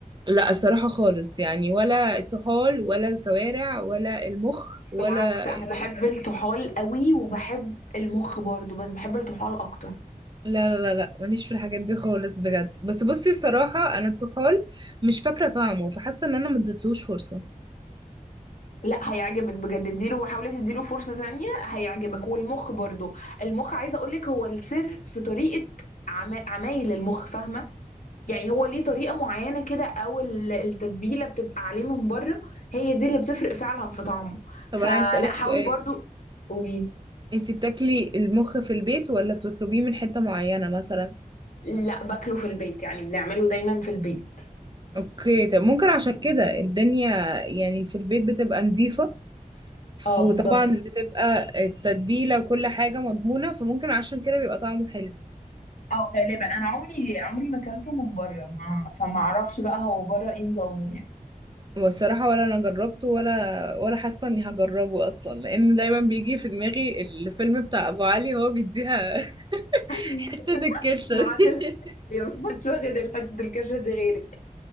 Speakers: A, on the right (about 30°); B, on the left (about 65°).
A: لا الصراحة خالص يعني ولا الطحال ولا الكوارع ولا المخ ولا
B: بالعكس انا بحب الطحال قوي وبحب المخ برضو بس بحب الطحال اكتر
A: لا لا لا لا ماليش في الحاجات دي خالص بجد بس بصي الصراحة أنا الطحال مش فاكرة طعمه فحاسة إن أنا مديتلوش فرصة
B: لا هيعجبك بجد اديله وحاولي تديله فرصة تانية هيعجبك والمخ برضو المخ عايزة اقولك هو السر في طريقة عما- عمايل المخ فاهمة يعني هو ليه طريقة معينة كده او ال- التتبيلة بتبقى عليه من بره هي دي اللي بتفرق فعلا في طعمه
A: طب
B: فلا
A: أنا عايز أسألك
B: حاولي
A: سؤال
B: برضو قوليلي
A: انتي بتاكلي المخ في البيت ولا بتطلبيه من حتة معينة مثلا
B: لا باكله في البيت يعني بنعمله دايما في البيت
A: اوكي طب ممكن عشان كده الدنيا يعني في البيت بتبقى نظيفة
B: اه
A: وطبعا
B: بالظبط
A: بتبقى التتبيلة وكل حاجة مضمونة فممكن عشان كده بيبقى طعمه حلو
B: اه غالبا انا عمري عمري ما اكلته من بره ما... فما اعرفش بقى هو بره ايه نظامه يعني
A: والصراحة ولا أنا جربته ولا ولا حاسة إني هجربه أصلا لأن دايما بيجي في دماغي الفيلم بتاع أبو علي هو بيديها <laughs>
B: <laughs>
A: حتة الكرشة
B: ما
A: دي
B: حدش اليوم ما حدش واخد الحتة الكشة دي غيرك